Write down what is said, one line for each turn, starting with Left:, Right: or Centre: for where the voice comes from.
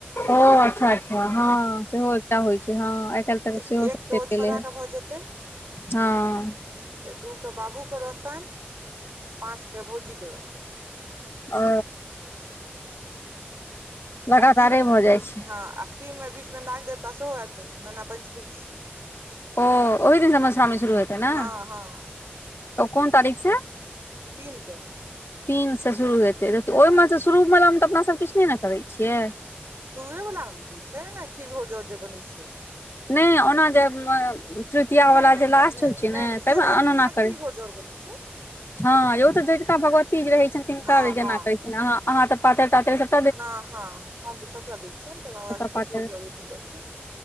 Left: ओ अच्छा अच्छा हँ सेहो एकटा होइ छै हँ आइ काल्हि
Right: तऽ
Left: त सेहो
Right: एक
Left: सभ
Right: के
Left: चलि
Right: ओ
Left: गेले
Right: छोड़ाके
Left: ह,
Right: भऽ जेतै
Left: हँ
Right: फेर दूके बाबूके रहतैन पाँचके भौजीके रहतै
Left: ओ। लगातारे
Right: आ तीन
Left: भऽ जाइ छै
Right: हँ आ तीन मे बीच मे नाग देवता सेहो आबि जेथिन नाग पञ्चमी छियै।
Left: ओ ओहि दिन सँ मधुश्रावणी शुरू हेतै ने
Right: हँ हँ
Left: ओ कोन तारीख सँ
Right: तीन के।
Left: तीनसँ शुरू हेतै रह तऽ ओहिमे
Right: हँ
Left: शुरूमेल हम तऽ अपना सभ किछ नहि ने करै छियै।
Right: शुरुए वला मे ने होइ छै ने खीर होर जर जे बनै छै
Left: नहि ओना जे करब तृतीय
Right: नहि
Left: वला
Right: नहि
Left: जे लास्ट
Right: नहि नहि
Left: होइ छै
Right: नहि
Left: ने
Right: नहि से
Left: तब
Right: ओहिमे
Left: ने अनना
Right: तऽ उएह
Left: करै
Right: खीर घोरजौर बनै छै
Left: हँ ओ तऽ जोझका भगवती रहैत छनि तिनका
Right: हँ
Left: जेना
Right: हँ
Left: कहैत छनि अह अहाँ तऽ पातरि तातरिसभ
Right: हँ हँ हम तऽ सभटा दै छियनि त ओकरा
Left: सभटा
Right: खीर
Left: पातरि
Right: भर जले दिन रहतै